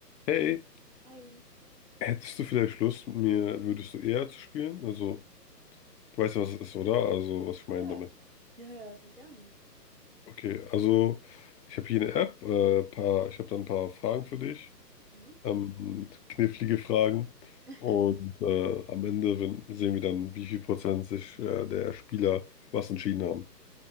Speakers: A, on the left (about 75°); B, on the right (about 40°).
A: Hey,
B: Ein.
A: hättest du vielleicht Lust, mit mir würdest du eher zu spielen? Also, du weißt, ja, was es ist, oder? Also, was ich meine
B: Ja,
A: damit.
B: ja, ja, sehr gerne.
A: Okay, also, ich habe hier eine App, äh, paar, ich habe da ein paar Fragen für dich,
B: Mhm.
A: ähm, knifflige Fragen.
B: <laughs>
A: Und äh, am Ende wenn, sehen wir dann, wie viel Prozent sich äh, der Spieler für was entschieden haben.